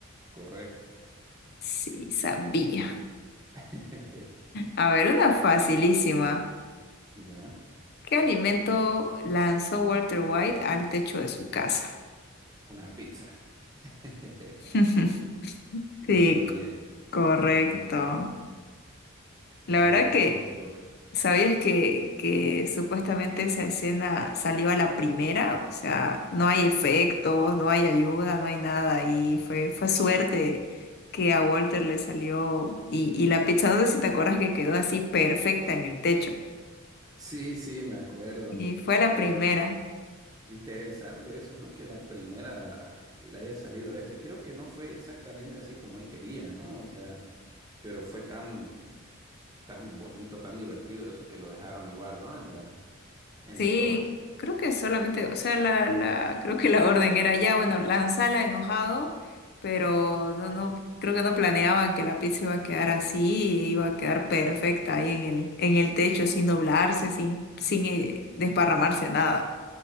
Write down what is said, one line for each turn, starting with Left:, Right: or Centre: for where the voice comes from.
Right: correcto.
Left: Sí, sabía.
Right: <laughs>
Left: A ver, una facilísima.
Right: Ya,
Left: ¿Qué alimento lanzó Walter White al techo de su casa?
Right: una pizza. <laughs>
Left: <laughs> Sí,
Right: Me sabía yo.
Left: correcto.
Right: No hay cómo,
Left: La
Right: no hay
Left: verdad
Right: no hay
Left: que
Right: cómo me equivoqué.
Left: ¿Sabías que, que supuestamente esa escena salió a la primera? O sea, no hay efectos, no hay ayuda, no hay nada. Y fue, fue suerte que a Walter le salió. Y, y la pizza, no sé si te acuerdas que quedó así perfecta en el techo.
Right: Sí, sí, me acuerdo.
Left: Y fue la
Right: Pero
Left: primera.
Right: Interesante eso, ¿no? Que la primera le haya salido esto. Y creo que no fue exactamente así como él quería, ¿no? O sea, pero fue tan, tan bonito, tan divertido eso que lo dejaron igual, ¿no? En la, en
Left: Sí,
Right: la toma.
Left: creo que solamente, o sea, la, la, creo que la orden era ya, bueno, lanzala enojado, pero no, no, creo que no planeaban que la pizza iba a quedar así, e iba a quedar perfecta ahí en el, en el techo, sin doblarse, sin, sin eh, desparramarse nada.